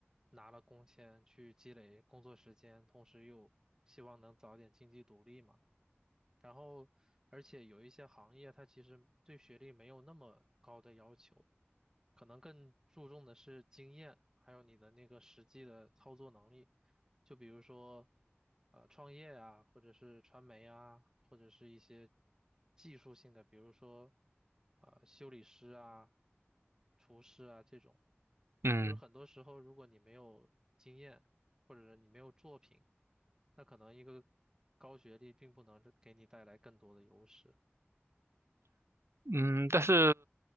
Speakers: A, on the right (about 15°); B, on the right (about 80°).
A: 拿了工签去积累工作时间，同时又希望能早点经济独立嘛。然后，而且有一些行业它其实对学历没有那么高的要求，可能更注重的是经验，还有你的那个实际的操作能力。就比如说，呃，创业啊，或者是传媒啊，或者是一些技术性的，比如说，呃，修理师啊、厨师啊这种，
B: 嗯。
A: 就是很多时候，如果你没有经验，或者是你没有作品，那可能一个高学历并不能给你带来更多的优势。
B: 嗯，但是